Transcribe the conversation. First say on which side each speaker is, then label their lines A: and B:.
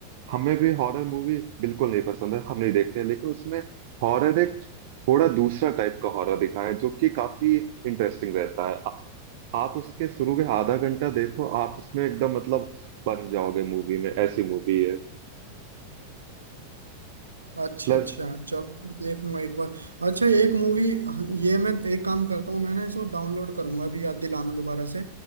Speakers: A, on the right (about 50°); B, on the right (about 80°).
A: हमें भी हॉरर मूवी बिल्कुल नहीं पसंद है हम नहीं देखते हैं लेकिन उसमें हॉरर एक थोड़ा दूसरा टाइप का हॉरर दिखाया है जो कि काफी इंटरेस्टिंग रहता है आ, आप उसके शुरू के आधा घंटा देखो आप उसमें एकदम मतलब बन जाओगे मूवी में ऐसी मूवी है
B: अच्छा
A: प्लस
B: अच्छा चलो मैं देखूंगा एक बार अच्छा एक मूवी ये मैं एक काम करता हूँ मैंने इसको डाउनलोड करूंगा अभी याद दिलाना दोबारा से